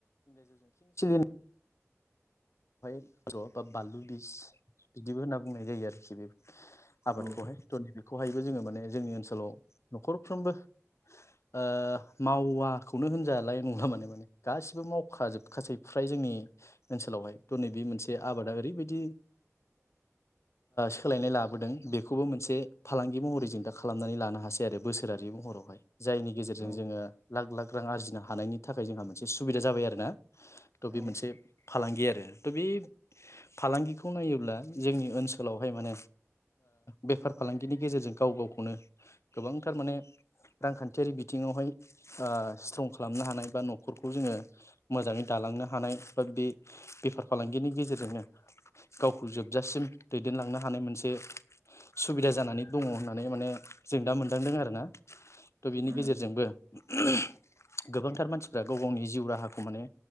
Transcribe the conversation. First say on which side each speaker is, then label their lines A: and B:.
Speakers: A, on the left; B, on the right.
A: <unintelligible> <unintelligible> बा बानलु बिस बिदिबो होनना बुंनाय जायो आरोखि बे आबादखौहाय
B: औ
A: थ' नै बेेखौहायबो जोङो माने जोंनि ओनसोलाव न'खरफ्रोमबो ओ मावाखौनो होनजालाय नंला माने माने गासिबो मावखाजोबखासै फ्राय जोंनि ओनसोलावहाय। त'नैबे मोनसे आबादा ओरैबायदि सोलायनाय लाबोदों बेखौबो मोनसे फालांगि महरै जों दा खालामनानै लानो हासै आरो बोसोरारि महरावहाय जायनि गेजेरजों
B: औ
A: जोङो लाख लाख रां आरजिनो हानायनि थाखाय जोंहा मोनसे सुबिदा जाबाय आरोना त' बे
B: औ
A: मोनसे फालांगि आरो त' बे फालांगिखौ नायोब्ला जोंनि ओनसोलावहाय माने बेफार फालांगिनि गेजेरजों गाव गावखौनो गोबांथार माने रांखान्थियारि बिथिङावहाय ओ स्ट्रं खालामनो हानाय बा न'खरखौ जोङो मोजाङै दालांनो हानाय बा बे बेफार। फालांगिनि गेजेरजोंनो गावखौ जोबजासिम दैदेनलांनो हानाय मोनसे सुबिदा जानानै दङ' होननानै माने जों दा मोनदांदों आरो ना। त' बिनि
B: उम
A: गेजेरजोंबो <unintelligible> गोबांथार मानसिफ्रा गाव गावनि जिउ राहाखौ माने